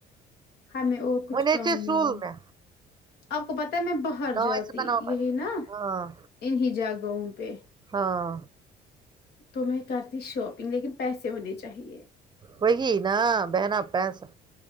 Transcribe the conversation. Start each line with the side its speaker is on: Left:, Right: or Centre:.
Left: ہمیں اور کچھ
Right: نیچرس
Left: کام نہیں
Right: رول
Left: ہے
Right: میں
Left: آپ کو پت ہے میں باہر
Right: نوائس
Left: جاتی
Right: بناؤ پر
Left: یہی نا
Right: ہاں
Left: انیں جگہوں پہ
Right: ہاں
Left: تو میں کرتی شاپنگ لیکن پیسے ہونے چاہیے
Right: وہی نا بہنا پیسا